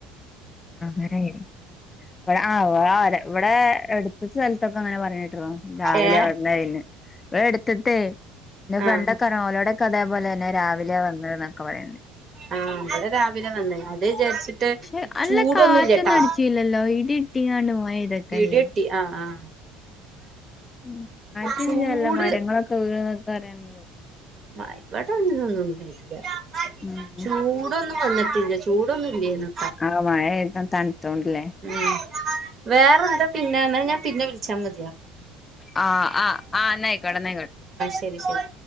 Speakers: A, on the left; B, on the right.
A: അങ്ങനെയ്നി വടെ ആഹ് വ്ടെ അട്ത്ത സെൽ ത്തൊക്കെ അങ്ങനെ പറഞ്ഞേട്ട്ണു രാവിലെയാ
B: ഏഹ്
A: വന്നേയ്ന് ഇവടെ എട്ത്ത്ത്തെ ഇൻ്റെ ഫ്രണ്ടൊ
B: ആഹ്
A: ക്കർഞ്ഞ് ഓലോടൊക്കെ അതേപോലെയെന്നെ രാവിലേ വന്നേന്നൊക്കെ പറീണ്ട്
B: ആഹ് ബടെ രാവിലെ വന്നേ അത്ചാരിച്ച് ട്ട്
A: പക്ഷെ നല്ല
B: ചൂടൊന്നുല്ല്യട്ടോ
A: കാറ്റൊന്നും അടിച്ചില്ലല്ലോ ഇടി ഇട്ടിങ്ങാണ്ട് മഴ പെയ്തൊക്കെയല്ലേ
B: ഇടിയെട്ടി. ആഹ് ആഹ്
A: ഉം ഉം കാറ്റടിച്ചല്ല
B: ചൂട്
A: മരങ്ങളൊക്കെ വീണ്ന്നൊക്കെ അറിയാന്
B: ആഹ് ഇവടെ അങ്ങനൊന്നും ഇല്ല
A: ഉം
B: ചൂടൊന്നും വന്നിട്ടില്ല ചൂടൊന്നും ഇല്ലേയ്ന്ന്.
A: അടെ മഴെയ്ത് തണ്ത്തോണ്ട്ലേ.
B: ഉം വേറെ എന്താ പിന്നെ ന്നാ ഞാൻ പിന്നെ വിളിച്ചാ മത്യാ
A: ആഹ് ആഹ് ആഹ് ന്നായിക്കോട്ടെന്നായിക്കോട്ടെ
B: ശെരി ശെരി